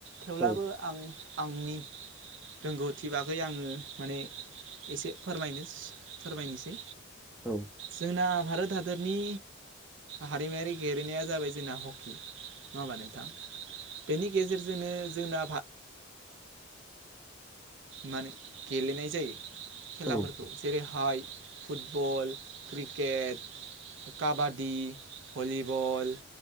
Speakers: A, on the right; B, in the centre.
A: थेवब्लाबो
B: औ
A: आं आंनि रोंगौथि बागै आङो माने एसे फोरमायनो फोरमायनोसै।
B: औ
A: जोंना भारत हादरनि हारिमायारि गेलेनाया जाबाय जोंना हकि। नङा होमबा नोंथां? बेनि गेजेरजोंनो जोंना मान गेलेनाय जायो
B: औ
A: खेलाफोरखौ
B: औ
A: जेरैहाय फुटबल, क्रिकेट, काबादि, भलिबल